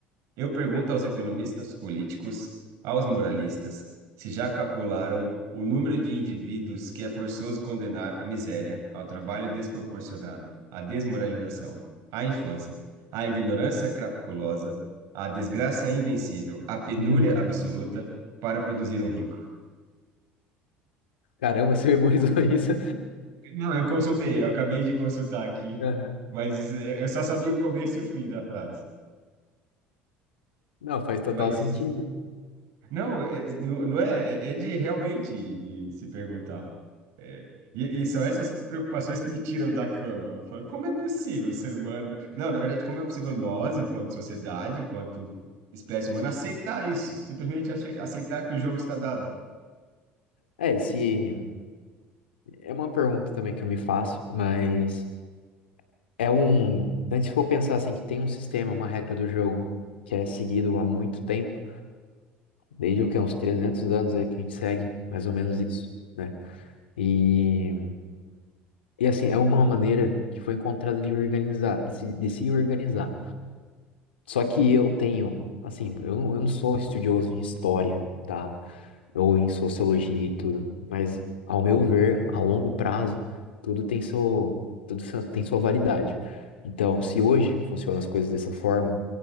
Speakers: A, on the right; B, on the left.
A: Eu pergunto aos economistas políticos, aos moralistas, se já calcularam o número de indivíduos que é forçoso condenar à miséria, ao trabalho desproporcionado, à desmoralização, à infância, à ignorância crapulosa, à desgraça invencível, à penúria
B: Uhum.
A: absoluta para produzir um rico.
B: Caramba, você memorizou isso?
A: Não, eu consultei, eu acabei de consultar aqui,
B: <laughs> Aham.
A: mas eh, eu só sabia o começo e o fim da frase.
B: Não, faz
A: Mas
B: total sentido.
A: não, é, não, não é, é é de realmente de se perguntar. E, e são essas preocupações que me tiram da cama. Eu falo, como é possível o ser humano. Não, na verdade, como é possível nós, enquanto sociedade, enquanto espécie humana, aceitar isso? Simplesmente ace- aceitar que o jogo está dado.
B: É, se é uma pergunta também que eu me faço, mas é um. Então, se for pensar assim, que tem um sistema, uma regra do jogo que é seguido há muito tempo, desde o que, uns 300 anos aí que a gente segue, mais
A: E,
B: ou menos
A: é-
B: isso, né? E, e assim, é uma maneira que foi encontrada de organizar, de se de se organizar. Só que eu tenho, assim, eu não, eu não sou estudioso em história, tá? ou em sociologia e tudo. Mas, ao meu ver, a longo prazo, tudo tem seu, tudo seu- tem sua validade. Então, se hoje funcionam as coisas dessa forma,